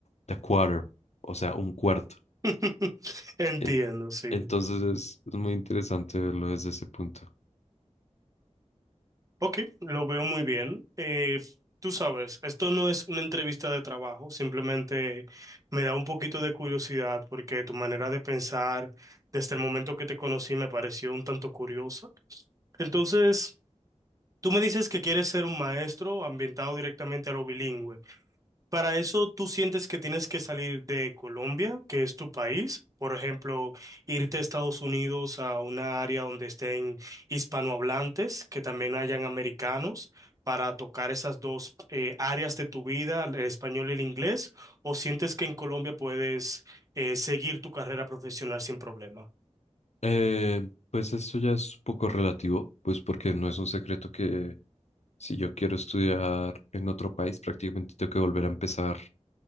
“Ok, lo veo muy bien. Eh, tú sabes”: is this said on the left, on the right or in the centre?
Right